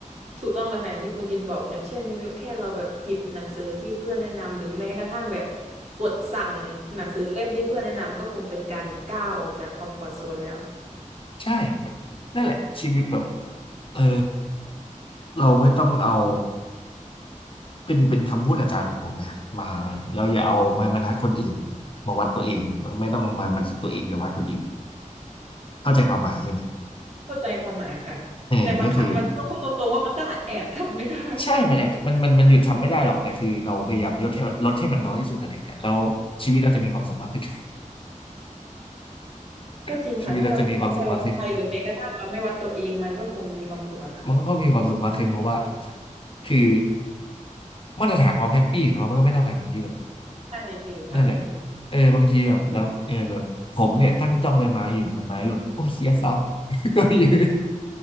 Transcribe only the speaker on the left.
ใช่มันนั่นแหละชีวิตแบบเออเราไม่ต้องเอาเป็นเป็นคำพูดอาจารย์ของผมนะมหาลัยเราอย่าเอาไม้บรรทัดคนอื่นมาวัดตัวเองไม่ต้องมาบรรทัดตัวเองไปวัดคนอื่นเข้าใจความหมายใช่ไหม
เออก็คือใช่มันแอบมันมันมันหยุดทำไม่ได้หรอกแต่คือเราพยายามลดให้ลดให้มันน้อยที่สุดอะไรเงี้ยแล้วชีวิตเราจะมีความสุขมากขึ้น
<laughs> ชีวิตเราจะมีความสุขมากขึ้นมันก็มีความสุขมากขึ้นเพราะว่าคือมาตรฐานความแฮปปี้ของเรามันก็ไม่เท่ากันบางทีแบบ
นั่นแหละเออบางทีแบบแล้วเออแบบผมเนี่ยตั้งจ้องใบไม้อยู่ใบไม้หล่นโอ้ยเฮียเศร้า <laughs> ก็ยืน